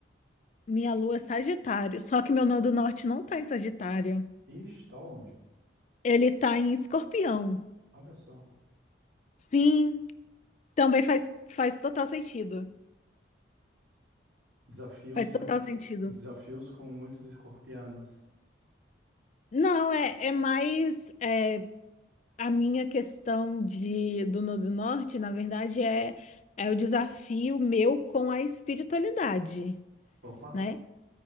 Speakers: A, on the left (about 40°); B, on the right (about 80°).
A: Minha lua é Sagitário, só que meu nó do norte não tá em Sagitário.
B: Ixi, tá onde?
A: Ele tá em Escorpião.
B: Olha só.
A: Sim, também faz, faz total sentido.
B: Desafios
A: Faz
B: com,
A: total
B: es-
A: sentido.
B: desafios com muitos escorpianos.
A: Não, é, é mais. é, a minha questão de, do nó do norte, na verdade, é, é o desafio meu com a espiritualidade,
B: Opa,
A: né?